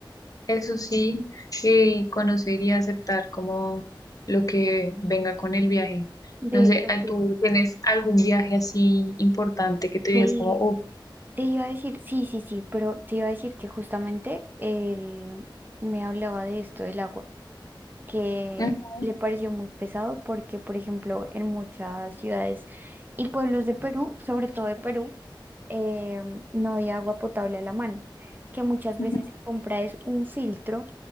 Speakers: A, on the left; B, on the right.
A: eso sí, y conocer y aceptar como lo que venga con el viaje.
B: De
A: No
B: hecho,
A: sé, ¿a-
B: sí.
A: ¿tú tienes algún viaje así importante que te
B: Sí,
A: digas como, oh,
B: Te iba a decir, sí, sí, sí, pero te iba a decir que justamente él me hablaba de esto del agua que
A: ujú,
B: le pareció muy pesado porque, por ejemplo, en muchas ciudades y pueblos de Perú, sobre todo de Perú, eh, no había agua potable a la mano, que muchas
A: ujú,
B: veces se compra es un filtro